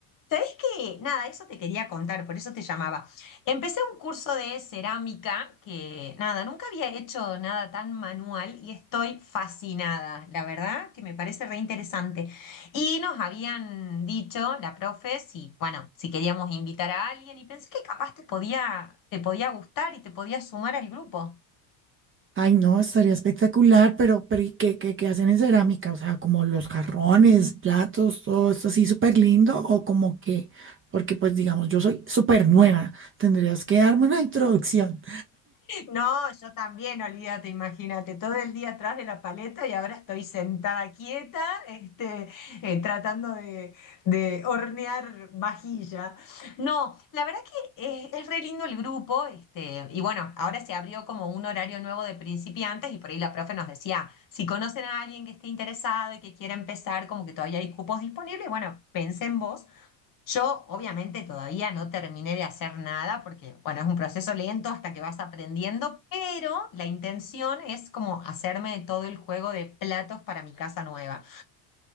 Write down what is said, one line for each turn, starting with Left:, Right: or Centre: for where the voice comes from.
Left: ¿Sabés qué? Nada, eso te quería contar, por eso te llamaba. Empecé un curso de cerámica que, nada, nunca había hecho nada tan manual y estoy fascinada, la verdad, que me parece re interesante. Y nos habían dicho, la profe, si, bueno, si queríamos invitar a alguien y pensé que capaz te podía, te podía gustar y te podía sumar al grupo.
Right: Ay, no, estaría espectacular, pero, pero ¿y qué, qué, qué hacen en cerámica? O sea, como los jarrones, platos, todo esto así súper lindo o como que, porque pues digamos, yo soy súper nueva, tendrías que darme una introducción.
Left: No, yo también, olvídate, imagínate, todo el día atrás de la paleta y ahora estoy sentada quieta, este, eh, tratando de, de hornear vajilla. No, la verdad que eh, es, re lindo el grupo, este, y bueno, ahora se abrió como un horario nuevo de principiantes y por ahí la profe nos decía, si conocen a alguien que esté interesado y que quiera empezar, como que todavía hay cupos disponibles, bueno, pensé en vos. Yo obviamente todavía no terminé de hacer nada porque, bueno, es un proceso lento hasta que vas aprendiendo, pero la intención es como hacerme todo el juego de platos para mi casa nueva.